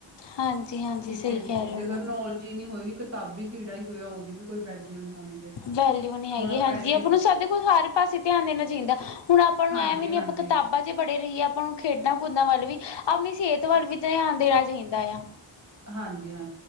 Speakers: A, on the left; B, on the right.
A: ਹਾਂਜੀ-ਹਾਂਜੀ
B: ਕਿਸੇ
A: ਸਹੀ
B: ਵੀ
A: ਕਹਿ
B: ਚੀਜ਼
A: ਰਹੇ
B: ਦੀ
A: ਹੋ
B: ਅਗਰ
A: ਮੈਮ
B: ਨੋਲਜੀ ਨਹੀਂ ਹੋਏਗੀ, ਕਿਤਾਬੀ ਕੀੜਾ ਹੀ ਹੋਇਆ। ਉਹਦੀ ਵੀ ਕੋਈ ਵੈਲਿਊ ਨਹੀਂ ਹੋਣੀ ਫਿਰ।
A: ਵੈਲਿਊ ਨੀ ਹੈਗੀ।
B: ਹੁਣ
A: ਹਾਂਜੀ
B: ਇੰਨੇ
A: ਆਪਾਂ ਨੂੰ ਸਾਡੇ ਕੋਲ ਸਾਰੇ ਪਾਸੇ ਧਿਆਨ ਦੇਣਾ ਚਾਹੀਦਾ। ਹੁਣ
B: ਹਾਂਜੀ-ਹਾਂਜੀ,
A: ਨੂੰ ਐਂ ਵੀ ਨੀ ਆਪਾਂ ਕਿਤਾਬਾਂ ਹਜੇ ਬੜੇ ਰਹੀਏ, ਆਪਾਂ ਨੂੰ ਖੇਡਾਂ ਕੂਦਾਂ ਵੱਲ ਵੀ, ਆਪਣੀ ਸਿਹਤ ਵੱਲ ਵੀ ਧਿਆਨ ਦੇਣਾ ਚਾਹੀਦਾ ਆ।
B: ਹਾਂਜੀ-ਹਾਂ